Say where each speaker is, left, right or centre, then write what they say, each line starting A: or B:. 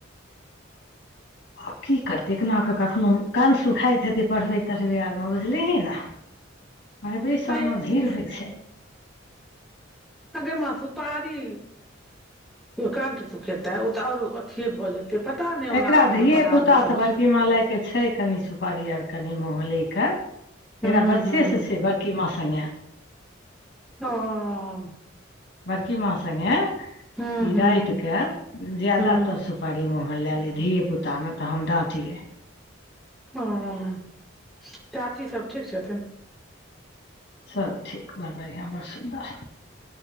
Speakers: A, on the left; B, in the centre.
A: <inaudible> आ की करते क न ओ कखनो कण्ठ सुखाइत हेतै पढ़बै तढ़बै आरमे बुझलिहै ने <inaudible> मरबरी सबमे
B: हइ
A: भीड़ होइ छै
B: अगे माँ सुपारी उ कंठ सुखेताे ते और अथे भऽ जते तऽ पता नहि ओना
A: एकरा
B: अपन
A: धिये
B: अपन
A: पुताँ
B: आदत होइ
A: बड़की
B: छै
A: माँ ले छै कनि सुपारी कनि मोहलै कऽ एकरा
B: हूँ
A: बच्चे
B: हूँ
A: सँ छै किमा संगे
B: हँ
A: बड़की माँ सगे
B: हूँ
A: ई
B: हूँ
A: राइत केँ ज्यादातर
B: हूँ
A: सुपारी मु ह मऽ लए ले धिये पुता मऽ तऽ हम डाँटियै
B: हँ चाची सब ठीक छथिन।
A: सब ठीक बड़ बढ़िया बड़ सुन्दर